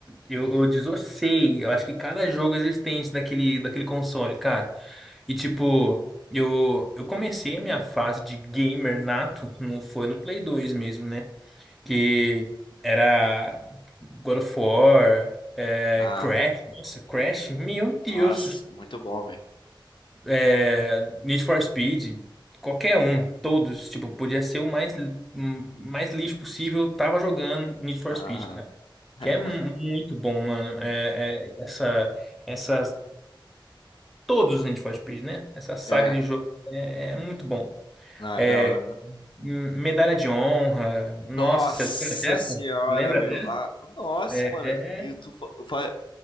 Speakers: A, in the centre; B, on the left.
A: eu, eu desossei. Eu acho que cada jogo existente daquele, daquele console, cara. E tipo, eu, eu comecei a minha fase de gamer nato, não foi no Play 2 mesmo, né? que era God of War, é,
B: Ah.
A: Crash, nossa, Crash, meu Deus,
B: Nossa, muito bom, velho.
A: é, Need for Speed, qualquer um, todos, tipo, podia ser o mais, li- hum, mais lixo possível, tava jogando Need for
B: Aham.
A: Speed, cara.
B: <laughs>
A: Que é mu- muito bom, mano. É, é, essa, essas, todos os Need for Speed, né? Essa saga
B: É,
A: de jogo é, é muito bom.
B: não, é
A: É,
B: da hora, mano.
A: m- medalha de honra, nossa,
B: Nossa
A: você lembra dessa?
B: senhora,
A: Lembra
B: velho.
A: dessa?
B: Ah, nossa,
A: É,
B: mano. Eu,
A: é
B: tu, fa- eu, fa-